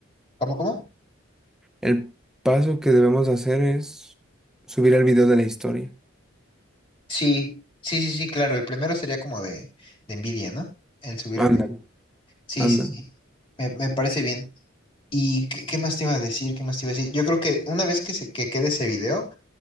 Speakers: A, on the left (about 25°); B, in the centre.
A: ¿Cómo cómo?
B: El paso que debemos hacer es subir el video de la historia.
A: Sí. Sí, sí, sí, claro, el primero sería como de de envidia, ¿no? El subir
B: Ándale,
A: el beat. Sí,
B: ándale.
A: sí, sí. Me, me parece bien. ¿Y qué, qué más te iba a decir? ¿Qué más te iba a decir? Yo creo que una vez que, se, que quede ese video,